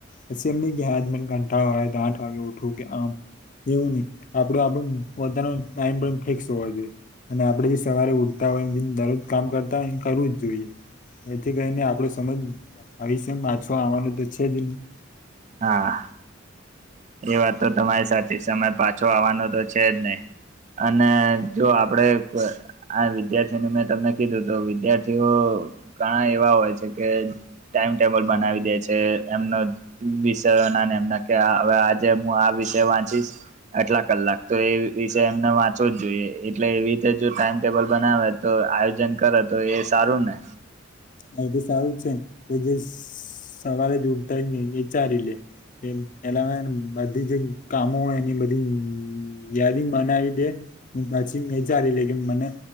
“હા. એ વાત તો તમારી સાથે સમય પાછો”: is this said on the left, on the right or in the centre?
Right